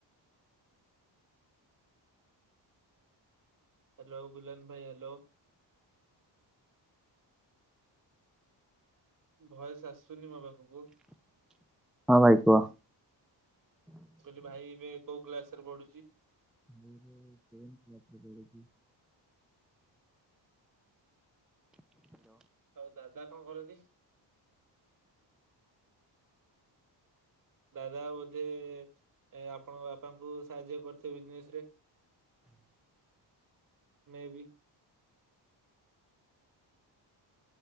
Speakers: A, on the right; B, in the centre.
A: ହ୍ୟାଲୋ ଗୁଲନ୍ ଭାଇ ହ୍ୟାଲୋ। ଭଏସ୍ ଆସୁନି ମୋ ପାଖକୁ।
B: ହଁ ଭାଇ କୁହ।
A: ମୁଁ କହିଲି ଭାଇ ଏବେ କୋଉଁ କ୍ଲାସରେ ପଢୁଚି?
B: ଭାଇ ଏବେ ଟେନ କ୍ଲାସ ରେ ପଢୁଚି।
A: ଆଉ ଦାଦା କଣ କରନ୍ତି? ଦାଦା ବୋଧେ ଆପଣଙ୍କ ବାପାଙ୍କୁ ସାହାଯ୍ୟ କରିଥିବେ ବିଜନେସ୍ ରେ?
B: <inaudible>
A: ମୁଁ ବି।